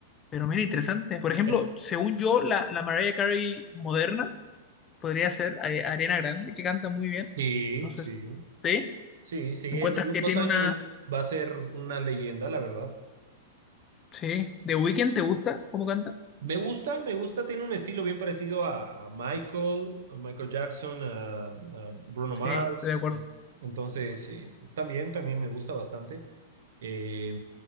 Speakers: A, on the left (about 20°); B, on the right (about 75°).
A: pero mira, interesante. Por ejemplo,
B: Pero-
A: según yo, la, la Mariah Carey moderna podría ser eh, Ariana Grande, que canta muy bien.
B: Sí,
A: No sé
B: sí,
A: si... ¿Sí?
B: sí, sí. En
A: ¿Encuentras
B: unos
A: que tiene
B: años
A: una...
B: va a ser una leyenda, la verdad.
A: Sí, ¿The Weeknd te gusta cómo canta?
B: Me gusta, me gusta, tiene un estilo bien parecido a, a Michael, a Michael Jackson, a, a Bruno Mars.
A: Sí, estoy de acuerdo,
B: Entonces, eh, también, también me gusta bastante. Eh,